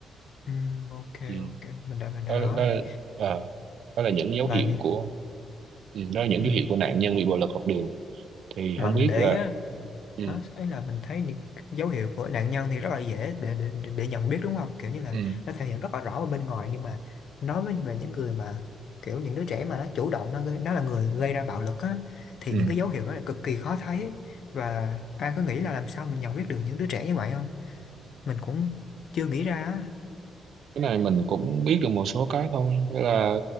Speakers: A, on the left; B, on the right.
A: ừ, ok
B: Ừm,
A: ok mình đã mình đã
B: đó,
A: rõ
B: đó,
A: rồi
B: ờ, đó là những dấu
A: mà
B: hiệu
A: đi
B: của ừ, đó là những
A: ừ.
B: dấu hiệu của nạn nhân bị bạo lực học đường thì
A: mà
B: không
A: mình
B: biết
A: để
B: là
A: ý á,
B: ừ,
A: đó ấy là mình thấy những dấu hiệu của nạn nhân thì rất là dễ để, để để để nhận biết đúng không kiểu như là
B: ừ,
A: nó thể hiện rất là rõ ở bên ngoài nhưng mà nói với về những người mà kiểu những đứa trẻ mà nó chủ động nó gây- nó là người gây ra bạo lực á thì
B: ừ.
A: những cái dấu hiệu đó là cực kỳ khó thấy và ai có nghĩ là làm sao mình nhận biết được những đứa trẻ như vậy không mình cũng chưa nghĩ ra á.
B: cái này mình cũng biết được một số cái thôi Thế là